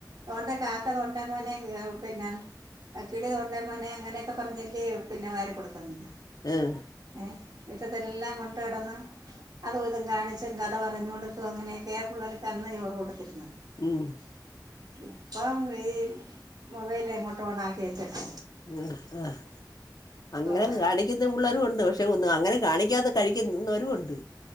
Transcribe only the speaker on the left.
ഏഹ്
ഉം
ഉം ആഹ് അങ്ങനൊക്കെ
കാണിക്ക്ന്ന
പുള്ളാരുണ്ട് പഷെ ഒന്ന് അങ്ങനെ കാണി കഴിക്കാതെ കഴിക്കുന്നവരുണ്ട്